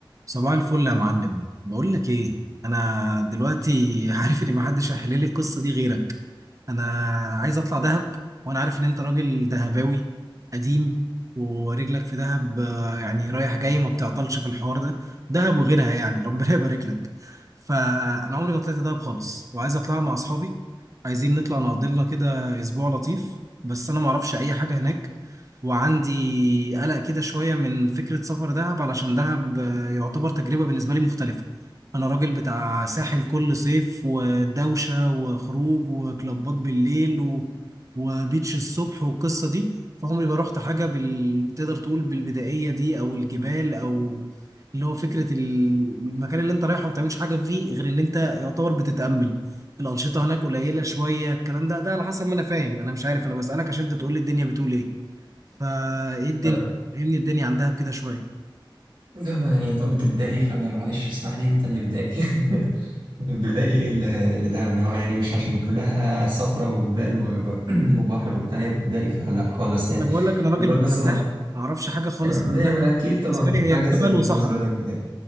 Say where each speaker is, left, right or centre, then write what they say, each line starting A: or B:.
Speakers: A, on the right (about 40°); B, on the right (about 70°).
A: صباح الفل يا معلم بقول لك ايه انا دلوقتي <laughs> عارف ان محدش هيحل لي القصه دي غيرك انا عايز اطلع دهب وانا عارف ان انت راجل دهباوي قديم ورجلك في دهب آه، يعني رايح جاي ما بتعطلش في الحوار ده دهب وغيرها يعني <laughs> ربنا يبارك لك فانا عمري ما طلعت دهب خالص وعايز اطلع مع اصحابي عايزين نطلع نقضي لنا كده اسبوع لطيف بس انا ما اعرفش اي حاجه هناك وعندي قلق كده شوية من فكرة سفر دهب علشان دهب آه، يعتبر تجربة بالنسبة لي مختلفة أنا راجل بتاع ساحل كل صيف ودوشة وخروج وكلابات بالليل و... وبيتش الصبح والقصة دي فعمري ما رحت حاجة بال... تقدر تقول بالبدائية دي أو الجبال أو اللي هو فكرة ال- المكان اللي أنت رايحه ما بتعملش حاجة فيه غير إن أنت يعتبر بتتأمل الأنشطة هناك قليلة شوية الكلام ده ده على حسب ما أنا فاهم أنا مش عارف أنا بسألك عشان أنت تقول لي الدنيا بتقول إيه فايه الدنيا
B: آه،
A: فهمني الدنيا عندها بكده شويه
B: لا ما يعني انت قلت بدائي فيعني معلش اسمح لي انت اللي بدائي <laughs> بدائي ايه اللي اللي ده ما هو يعني مش عشان كلها صفرة وجبال وب- <clears throat> وبحر وبتاع يبقى بدائي فلا خالص يعني
A: انا بقول لك انا راجل
B: الأول
A: بتاع
B: بس
A: ساحل
B: انا
A: ما اعرفش حاجه خالص
B: يعني
A: عندها
B: ما- اكيد طبعا
A: بالنسبه لي هي
B: حاجة
A: جبل
B: زي دي
A: وصحراء
B: بالنسبة لك بدائي